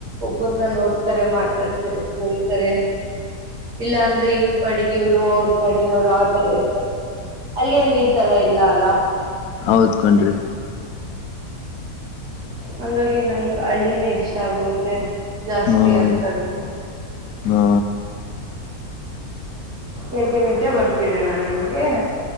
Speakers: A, on the right; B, on the left.
A: ಒಬ್ಬ್ರನ್ನ ನೋಡ್ತಾರೆ ಮಾತಾಡ್ತಾರೆ ಕೇಳ್ತಾರೆ ಇಲ್ಲ ಅಂದ್ರೆ ಇವ್ರ ಪಾಡಿಗೆಯವರು ಅವ್ರ ಪಾಡಿಗೆವರು ಆತರ ಇರ್ತಾರೆ ಅಲ್ಲಿ ಅಲ್ಲಿ ಈ ತರ ಇಲ್ಲ ಅಲ್ಲ
B: ಹೌದಕೊಂಡ್ರಿ
A: ಹಂಗಾಗಿ ನಂಗ ಹಳ್ಳಿನೇ ಇಷ್ಟ ಆಗುತ್ತೆ ಜಾಸ್ತಿ
B: ಹ್ಮ
A: ಅಂತಂದ
B: ಹಾ
A: ಯಾಕೆ ನಿದ್ದೆ ಬರ್ತಿದೆ ನಾ ನಿಮ್ಗೆ